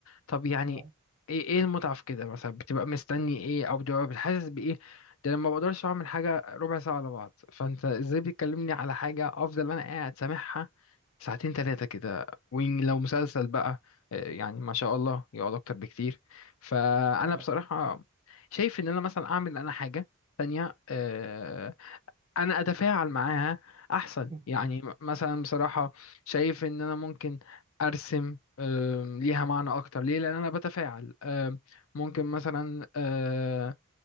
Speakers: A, on the left (about 65°); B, on the right (about 20°).
A: طب يعني
B: اه
A: ايه ايه المتعه في كده مثلا بتبقى مستني ايه او بتبقى بتحسس بايه ده لما بقدرش اعمل حاجه ربع ساعه على بعض فانت ازاي بتكلمني على حاجه افضل انا قاعد سامعها ساعتين ثلاثة كده ولو مسلسل بقى آه، يعني ما شاء الله يقعد أكتر بكتير فأنا
B: آه،
A: بصراحة شايف إن أنا مثلا أعمل أنا حاجة تانية آه، أنا أتفاعل معاها أحسن
B: اوكي
A: يعني م- مثلا بصراحة شايف إن أنا ممكن أرسم آم، ليها معنى أكتر ليه؟ لأن أنا بتفاعل آم، ممكن مثلا آه،